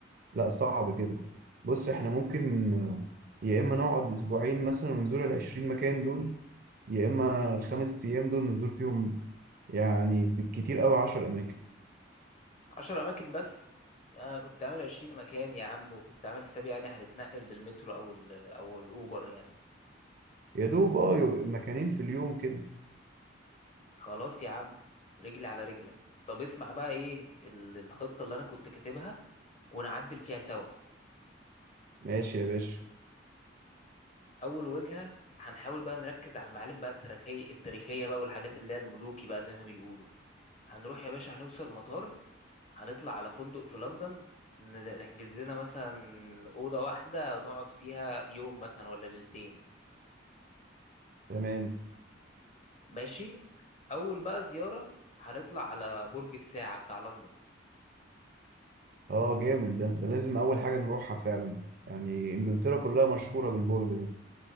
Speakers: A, on the right; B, on the left.
A: لا صعب كده بص احنا ممكن آه، يا اما نقعد اسبوعين مثلا ونزور العشرين مكان دول يا اما الخمس ايام دول نزور فيهم يعني بالكتير قوي عشر اماكن
B: عشر اماكن بس انا كنت عامل عشرين مكان يا عم وكنت عامل حسابي يعني هنتنقل بالمترو او ال او الاوبر يعني
A: يا دوب اه يو- مكانين في اليوم كده
B: خلاص يا عم رجلي على رجلك طب اسمع بقى ايه ال- الخطة اللي انا كنت كاتبها ونعدل فيها سوا
A: ماشي يا باشا
B: اول وجهة هنحاول بقى نركز على المعالم بقى التاريخية التاريخية بقى والحاجات اللي هي الملوكي بقى زي ما بيقولوا هنروح يا باشا هنوصل المطار هنطلع على فندق في لندن نز- نحجز لنا مثلا أوضة واحدة نقعد فيها يوم مثلا ولا ليلتين
A: تمام
B: ماشي أول بقى زيارة هنطلع على برج الساعة بتاع لندن
A: اه جامد ده ده لازم اول حاجه نروحها فعلا يعني انجلترا كلها مشهوره بالبرج ده